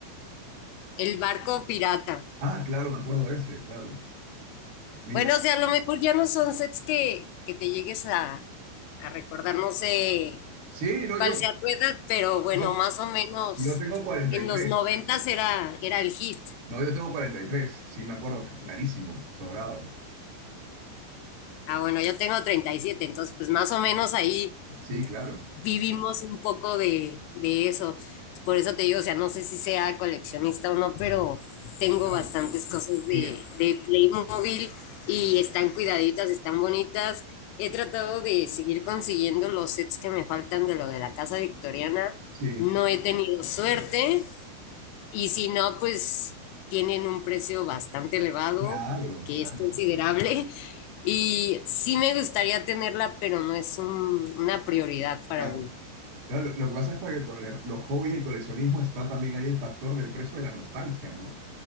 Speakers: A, on the left; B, on the right.
A: El barco pirata.
B: Ah, claro, me acuerdo de ese, claro. Mira.
A: Bueno, o sea, a lo mejor ya no son sets que, que te llegues a, a recordar, no sé,
B: Sí, no,
A: cuál
B: yo,
A: sea tu edad, pero bueno,
B: no,
A: más o menos
B: yo tengo cuarenta
A: en
B: y tres.
A: los noventas era, era el hit.
B: No, yo tengo 43. Sí, me acuerdo, que clarísimo, sobrado.
A: Ah, bueno, yo tengo treinta y siete entonces pues más o menos ahí
B: Sí, claro,
A: vivimos un poco de, de eso. Por eso te digo, o sea, no sé si sea coleccionista o no, pero tengo
B: claro.
A: bastantes cosas de,
B: Sí,
A: de Playmobil y están cuidaditas, están bonitas. He tratado de seguir consiguiendo los sets que me faltan de lo de la casa victoriana.
B: sí,
A: No he tenido suerte, Y si no, pues tienen un precio bastante elevado,
B: claro,
A: que
B: claro,
A: es considerable. <laughs> Y sí me gustaría tenerla, pero no es un- una prioridad para
B: claro.
A: mí.
B: Claro, lo, lo que pasa es que con el- los hobbies y el coleccionismo está también ahí el factor del precio de la nostalgia, ¿no?